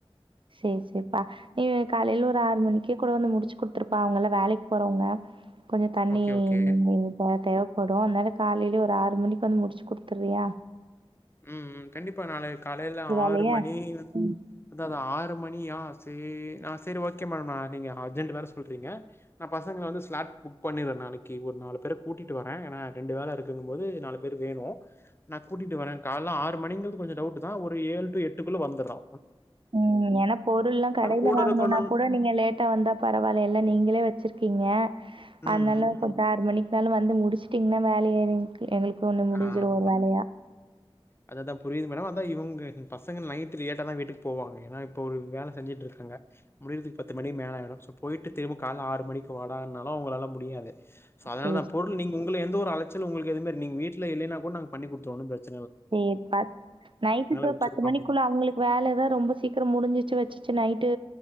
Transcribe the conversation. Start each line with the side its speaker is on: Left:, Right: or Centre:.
Right: செரி செரிப்பா நீ காலையில ஒரு ஆறு மணிக்கே கூட வந்து முடிச்சு குடுத்துருப்பா அவுங்கல்லா வேலைக்கு போறவங்க கொஞ்சோ தண்ணி
Left: ஓகே, ஓகே.
Right: ப தேவப்படு அனால காலையில ஒரு ஆறு மணிக்கு வந்து முடிச்சு குடு திரியா
Left: ம் ம் கண்டிப்பா நாளை காலையில
Right: வேலைய
Left: ஆறு மணி
Right: ம்
Left: அதா அதா ஆறு மணியா சே ஆ சேரி ஓகே மா நீங்க அர்ஜென்ட வேற சொல்றீங்க நா பசங்கள வந்து ஸ்லாட் புக் பண்ணிறே நாளைக்கு ஒரு நாலு பேர கூட்டிட்டு வரே நா ரெண்டு வேல இருக்குனுங் போது நாலு பேர் வேணு நா கூட்டிட்டு வரே கால்ல ஆறு மணிங்கறது கொஞ்சோ டவுட் தா ஒரு ஏழு டு எட்டுக்குள்ள வந்துரோ
Right: ம் ஏன்னா பொருள்லா கடையில
Left: கூட
Right: வாங்கணுனா
Left: இருக்கணுன்
Right: கூட நீங்க லேட்டா வந்தா பரவால்ல எல்லா நீங்களே வச்சிருக்கீங்க
Left: ம்
Right: அதனால
Left: ம் ம்
Right: கொஞ்ச ஆறு மணிக்கு அதால வந்து முடிச்சுட்டீங்னா வேல ஏறி எங்கு எங்களுக்கு ஒண்ணு முடிஞ்சிரும்
Left: ஆமா
Right: ஒரு வேலையா.
Left: அதுதா புரியுது மேடம் அதா இவுங் பசங்க நைட் லேட்டா தா வீட்டுக்கு போவாங்க ஏன்னா இப்ப ஒரு வேல செஞ்சிட்டு இருக்காங்க முடியுறதுக்கு பத்து மணி மேல ஆயிரு போய்ட்டு திரும்ப கால ஆறு மணிக்கு வாடானாலு அவுங்களால முடியாது சோ அதனால
Right: சரி,
Left: தா பொருள் நீங்க உங் இல்ல எந்த ஒரு அலச்சல் உங்களுக்கு எதுமேயிரு நீங்க வீட் இல்ல இல்லைன்னா கூட நாங்க பண்ணி குடுத்துருவோம் ஒன்னும் பிரச்சனை
Right: சேர் பா நைட்டுக்கு
Left: வச்சிருக்கோம்
Right: பத்து மணிக்குள்ள
Left: அப்டின்னு.
Right: அவுங்களுக்கு வேலதான் ரொம்ப சீக்கிரம் முடிஞ்சிச்சு வச்சு சு நைட்டு